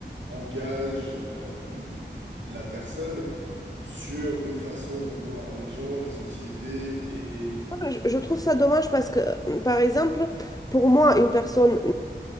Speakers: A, on the right; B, on the left.
A: engage euh, la personne sur une façon de voir les gens, la société et...
B: Je je trouve ça dommage parce que, mm, par exemple, pour moi, une personne